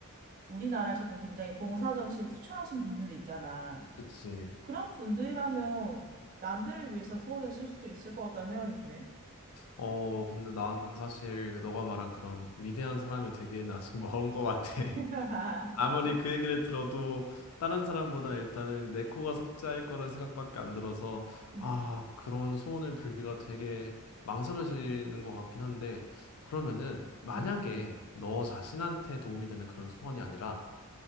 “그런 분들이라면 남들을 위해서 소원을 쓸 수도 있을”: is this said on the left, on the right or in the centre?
Right